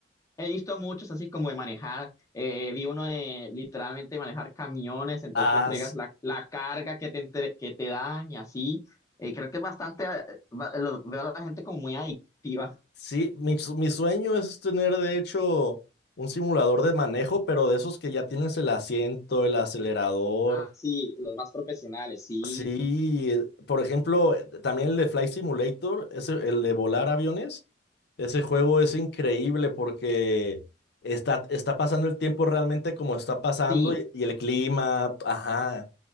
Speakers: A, on the left; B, on the left.
A: He visto muchos así como de manejar, eh, vi uno de literalmente manejar camiones, entonces
B: Ah,
A: tú entregas la, la carga que te, entre- que te dan y así. Eh, creo que es bastante, eh, va- lo- veo a la gente como muy adictiva.
B: Sí, mi, su- mi sueño es tener de hecho un simulador de manejo, pero de esos que ya tienes el asiento, el acelerador.
A: Ah, sí, los más profesionales, sí.
B: Sí, eh, por ejemplo, eh, también el de Flight Simulator, ese, el de volar aviones, ese juego es increíble porque está, está pasando el tiempo realmente como está pasando
A: Sí,
B: y, y el clima, ajá,